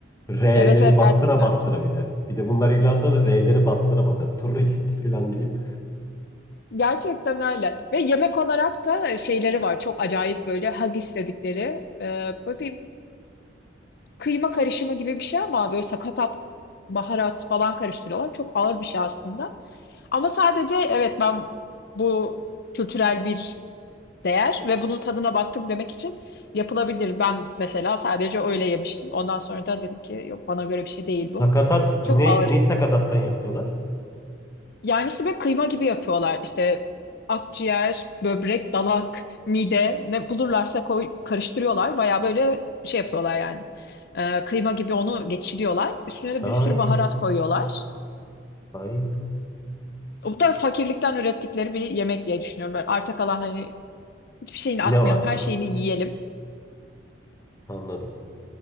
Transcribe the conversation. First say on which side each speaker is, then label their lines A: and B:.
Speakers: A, on the left (about 15°); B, on the left (about 55°).
A: R'leri
B: Evet evet
A: bastıra
B: gerçekten
A: bastıra
B: Turi.
A: bir de. Bir de bunlar İrlanda'da R'leri bastıra bastıra. Turist falan deyip.
B: Gerçekten öyle. Ve yemek olarak da e, şeyleri var. Çok acayip böyle hag istedikleri. e, böyle bir kıyma karışımı gibi bir şey ama böyle sakatat, baharat falan karıştırıyorlar. Çok ağır bir şey aslında. Ama sadece evet ben bu kültürel bir değer ve bunun tadına baktım demek için yapılabilir. Ben mesela sadece öyle yemiştim. Ondan sonra da dedim ki yok bana göre bir şey değil bu.
A: Sakatat.
B: Çok
A: Ne,
B: ağır.
A: ne sakatattan yapıyorlar?
B: Yani işte böyle kıyma gibi yapıyorlar. İşte akciğer, böbrek, dalak, mide ne bulurlarsa koy, karıştırıyorlar. Baya böyle şey yapıyorlar yani. Ee, kıyma gibi onu geçiriyorlar. Üstüne de
A: Ay.
B: bir sürü baharat koyuyorlar.
A: Ay.
B: O da fakirlikten ürettikleri bir yemek diye düşünüyorum. Böyle arta kalan hani hiçbir şeyini atmayalım,
A: Ne varsa.
B: her şeyini yiyelim.
A: Anladım.